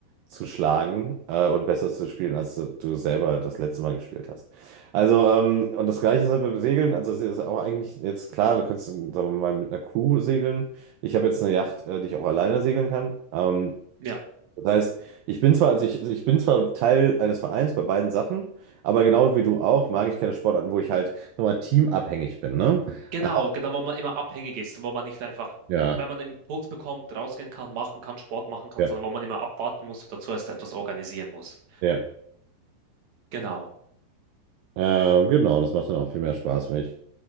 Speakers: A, on the right; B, on the right.
A: zu schlagen, äh, und besser zu spielen, als du du selber das letzte Mal gespielt hast. Also, ähm, und das Gleiche ist halt beim Segeln. Also es ist auch eigentlich jetzt klar, du kannst, sagen wir mal, mit einer Crew segeln. Ich habe jetzt eine Yacht, äh, die ich auch alleine segeln kann. Ähm,
B: ja.
A: das heißt, ich bin zwar, also ich, also ich bin zwar Teil eines Vereins bei beiden Sachen, aber genau wie du auch, mag ich keine Sportarten, wo ich halt nochmal teamabhängig bin, ne?
B: Genau,
A: Ähm,
B: genau, wo man immer abhängig ist und wo man nicht einfach,
A: Ja,
B: wenn man einen Impuls bekommt, rausgehen kann, machen kann, Sport machen kann,
A: ja,
B: sondern wo man immer abwarten muss, dazu heißt etwas organisieren muss.
A: ja.
B: Genau.
A: Ähm, genau, das macht dann auch viel mehr Spaß für mich.